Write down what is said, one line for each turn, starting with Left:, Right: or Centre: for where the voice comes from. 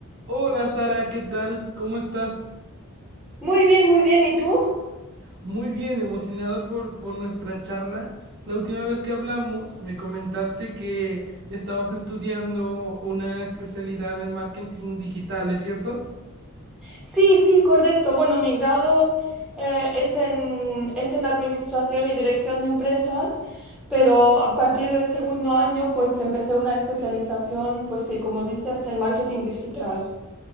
Right: Hola Sara, ¿qué tal? ¿Cómo estás?
Centre: Muy bien, muy bien. ¿Y tú?
Right: Muy bien, emocionado por, por nuestra charla. La última vez que hablamos me comentaste que estabas estudiando una especialidad en marketing digital, ¿es cierto?
Centre: Sí, sí, correcto. Bueno, mi grado eh, es en, es en Administración y Dirección de Empresas, pero a partir del segundo año pues empecé una especialización, pues sí, como dices, en marketing digital.